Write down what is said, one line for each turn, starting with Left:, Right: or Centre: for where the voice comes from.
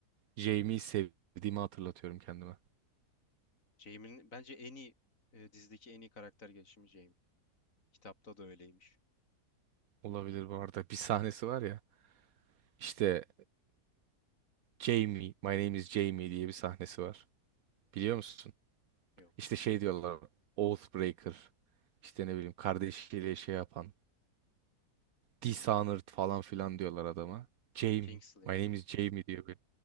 Right: Jaime'yi sevdiğimi hatırlatıyorum kendime.
Left: Jaime'nin bence en iyi e, dizideki en iyi karakter gelişimi Jaime. Kitapta da öyleymiş.
Right: Olabilir bu arada. Bir sahnesi var ya. İşte Jaime, my name is Jaime diye bir sahnesi var. Biliyor musun?
Left: Yok.
Right: İşte şey
Left: hemen.
Right: diyorlar. Oathbreaker. İşte ne bileyim kardeşiyle şey yapan. Dishonored falan filan diyorlar adama. Jaime.
Left: Kingslayer.
Right: My name is Jaime diyor. bir.